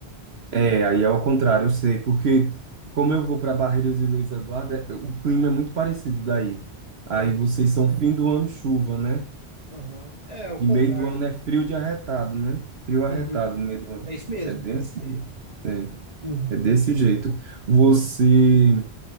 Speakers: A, on the right; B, on the right.
A: É, aí é ao contrário, eu sei, porque como eu vou para Barreiras e Luiz Eduardo, é- o clima é muito parecido daí.
B: Sei.
A: Aí vocês são fim do ano chuva, né?
B: Aham. É, é o
A: E
B: contrário,
A: meio do ano
B: né?
A: é frio de arretado, né? Frio
B: Uhum.
A: arretado no meio do ano.
B: É isso mesmo.
A: É bem assim. É,
B: Uhum.
A: é desse jeito. Você